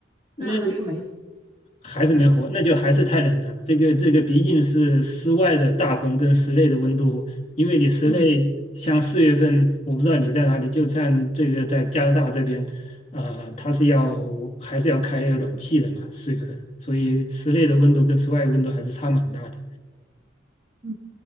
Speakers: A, on the left (about 35°); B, on the right (about 30°).
A: 那
B: 但还是没。
A: 还是没活，那就还是太冷了。这个这个毕竟是室外的大棚跟室内的温度，因为你室内像四月份，
B: 嗯
A: 我不知道你在哪里，就像这个在加拿大这边，呃，它是要还是要开暖气的嘛，四月份，所以室内的温度跟室外的温度还是差蛮大的。
B: 嗯，